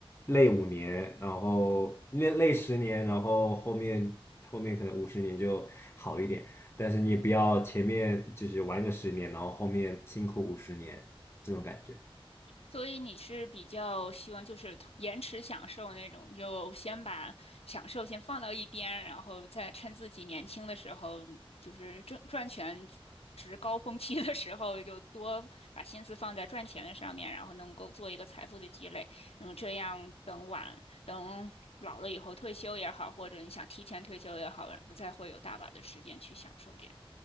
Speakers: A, on the left (about 25°); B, on the left (about 85°).
A: 累五年，然后累累十年，然后后面后面可能五十年就好一点。但是你也不要前面就是玩个十年，然后后面辛苦五十年这种感觉。
B: 所以你是比较希望就是延迟享受那种，就先把享受先放到一边，然后再趁自己年轻的时候，就是挣赚钱值高峰期的时候，就多把心思放在赚钱的上面，然后能够做一个财富的积累。嗯，这样等晚等老了以后退休也好，或者你想提前退休也好，然后再会有大把的时间去享受这样。